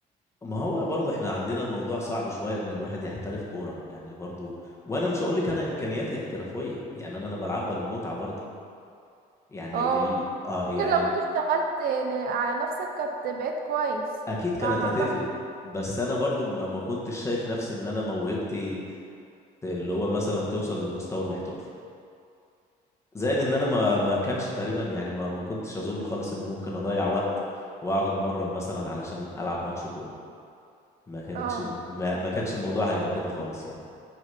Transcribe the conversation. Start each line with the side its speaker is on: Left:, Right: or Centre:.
Left: ما هو برضه احنا عندنا الموضوع صعب شوية ان الواحد يحترف كورة يعني برضه وانا مش هقول لك انا امكانياتي احترافية يعني انا انا بلعبها للمتعة برضه يعني
Right: اه
Left: ال... اه يعني
Right: ممكن لو
Left: ال...
Right: كنت اشتغلت ن- على نفسك كانت بقيت كويس
Left: اكيد كانت
Right: على ما
Left: هتفرق
Right: اعتقد
Left: بس انا برضه ما ما كنتش شايف نفسي ان انا موهبتي اللي هو مثلا توصل للمستوى الاحترافي زائد ان انا ما ما كانش تقريبا يعني ما ما كنتش اظن خالص ان ممكن اضيع وقت واقعد اتمرن مثلا علشان العب ماتش كورة ما كانتش
Right: اه
Left: ما, ما كانش الموضوع هيبقى كده خالص يعني